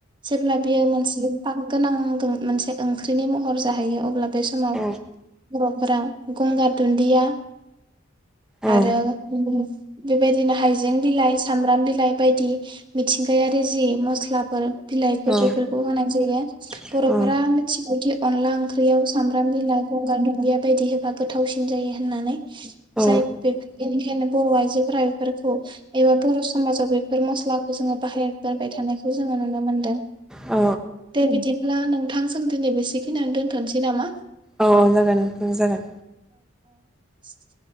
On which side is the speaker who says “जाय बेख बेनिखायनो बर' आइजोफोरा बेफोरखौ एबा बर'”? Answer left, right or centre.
Right